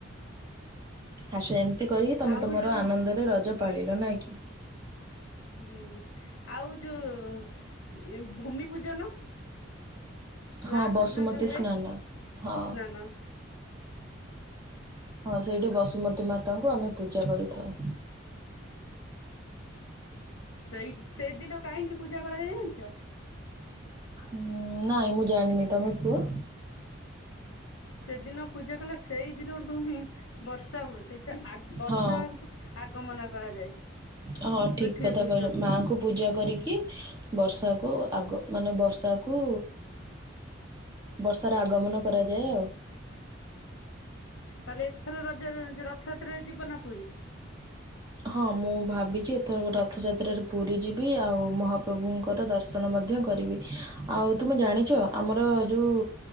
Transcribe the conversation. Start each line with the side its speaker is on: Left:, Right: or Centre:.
Right: ଆ ସେ ଏମତି କରିକି ତମେ
Left: ଆଉ
Right: ତମର
Left: ଯୋଉ
Right: ଆନନ୍ଦରେ ରଜ ପାଳିଲ ନାଇଁ କି!
Left: ହୁଁ ଆଉ ଯୋଉ ଇଏ ଭୂମି ପୂଜନ
Right: ହଁ
Left: ଲାଷ୍ଟ
Right: ବସୁମତୀ
Left: ଦିନ ଯୋଉ ହୁଏ
Right: ସ୍ନାନ ହଁ
Left: ନା ନା
Right: ହଁ ସେଇଠି ବସୁମତୀ ମାତାଙ୍କୁ ଆମେ ପୂଜା କରିଥାଉ।
Left: ସେଇ ସେଇଦିନ କାହିଁକି ପୂଜା କରାଯାଇ ଜାଣିଛ?
Right: ଉଁ ନାଇଁ ମୁଁ ଜାଣିନି ତମେ କୁହ
Left: ସେଦିନ ପୂଜା କଲେ ସେଇ ଦିନଠୁ ହିଁ ବର୍ଷା ହୁଏ। ସେଇଟା ଆଗ ବର୍ଷାଙ୍କୁ
Right: ହଁ
Left: ଆଗମନା କରାଯାଏ।
Right: ହଁ
Left: ପୃଥିବୀ
Right: ଠିକ କଥା
Left: ପୃଷ୍ଠକୁ
Right: କହିଲ ମାଆଙ୍କୁ ପୂଜା କରିକି ବର୍ଷାକୁ ଆଗ ମାନେ ବର୍ଷାକୁ ବର୍ଷାର ଆଗମନ କରାଯାଏ ଆଉ।
Left: ତାହେଲେ ଏଥରର ରଜରେ ଯୋଉ ରଥଯାତ୍ରାରେ ଯିବ ନା ପୁରୀ?
Right: ହଁ ମୁଁ ଭାବିଛି ଏଥରକ ରଥଯାତ୍ରାରେ ପୁରୀ ଯିବି ଆଉ ମହାପ୍ରଭୁ ଙ୍କର ଦର୍ଶନ ମଧ୍ୟ କରିବି ଆଉ ତୁମେ ଜାଣିଛ ଆମର ଯୋଉ